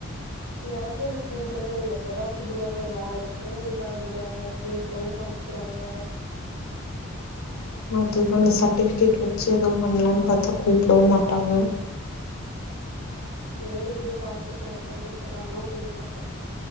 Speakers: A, on the right; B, on the left.
A: எனக்கு இன்னு கூப்புடவே இல்ல எப்பதா கூப்புடுவாங்களோ வேலைக்கு ஒரு இதாகல கூப்புடவு மாட்டேக்கிறாங்க
B: அதுதா அந்த சர்டிஃபிகேட் வச்சு எதுவும் பண்ணலானு பாத்தா கூப்புடவும் மாட் டாங்க
A: சேரி விடு பாத்துக்கலா எப்போ கூப்புடுறாங்களோ கூப்டட்டு